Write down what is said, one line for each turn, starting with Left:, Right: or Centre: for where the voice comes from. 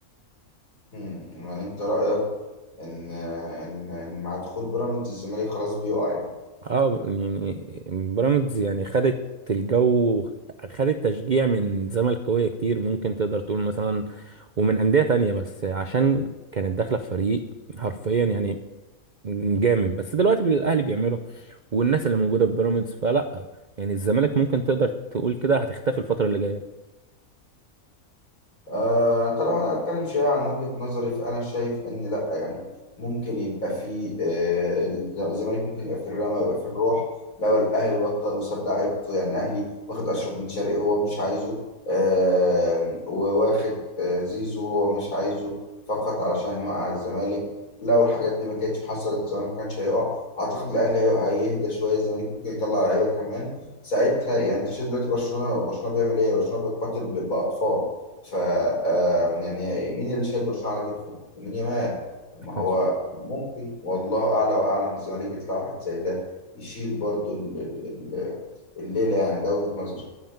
Left: مم. يعني انت رأيك ان ان ان مع دخول بيراميدز الزمالك خلاص بيقع يعني
Right: اه يعني بيراميدز يعني خدت الجو خدت تشجيع من زملكاويه كتير ممكن تقدر تقول مثلا ومن انديه تانية بس عشان كانت داخله في فريق حرفيا يعني جامد بس دلوقتي الاهلي بيعمله والناس اللي موجوده في بيراميدز فلا يعني الزمالك ممكن تقدر تقول كده هتختفي الفتره اللي جايه
Left: آه، انت لو هنتكلم شوية عن وجهة نظري فأنا شايف إن لأ يعني ممكن يبقى في آه، الزمالك ممكن يبقى في الرمى ويبقى في الروح لو الأهلي بطل وساب لعيبته يعني الأهلي واخد أشرف بن شرقي هو مش عايزه آه، وواخد آه، زيزو هو مش عايزه فقط علشان يوقع الزمالك لو الحاجات دي ما كانتش حصلت الزمالك ما كانش هيقع أعتقد الأهلي هي- هيهدى شوية الزمالك ممكن يطلع لعيبة كمان ساعتها يعني أنت شايف دلوقتي برشلونة برشلونة بيعمل إيه؟ برشلونة بيقاتل ب- بأطفال ف آم، يعني مين اللي شايل برشلونة على كتفه؟ يمين يمال طب ما هو
Right: حصل.
Left: ممكن والله أعلى وأعلم الزمالك يطلع واحد زي ده يشيل برضو ال- ال- ال- الليلة يعني ده وجهة نظري